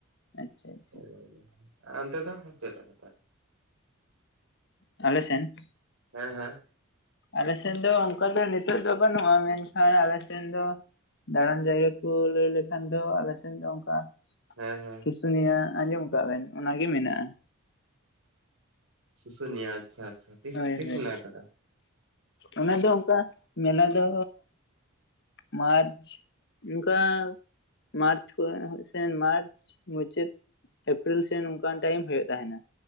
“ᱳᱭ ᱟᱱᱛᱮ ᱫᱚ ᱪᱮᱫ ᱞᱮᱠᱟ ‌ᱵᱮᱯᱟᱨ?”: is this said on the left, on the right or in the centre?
Right